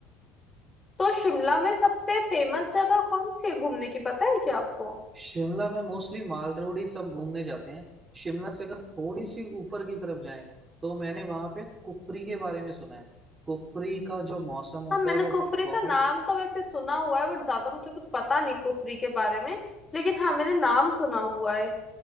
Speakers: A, on the left; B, on the right.
A: तो शिमला में सबसे फेमस जगह कौन सी है घूमने की पता है क्या आपको
B: शिमला में मोस्टली माल रोड ही सब घूमने जाते हैं शिमला से अगर थोड़ी सी ऊपर की तरफ जाएं तो मैंने वहां पे कुफरी के बारे में सुना है कुफरी का जो मौसम होता
A: हाँ मैंने
B: है वो
A: कुफरी
B: बहुत
A: का नाम तो वैसे सुना हुआ है बट ज्यादा मुझे कुछ पता नहीं कुफरी के बारे में लेकिन हाँ मैंने नाम सुना हुआ है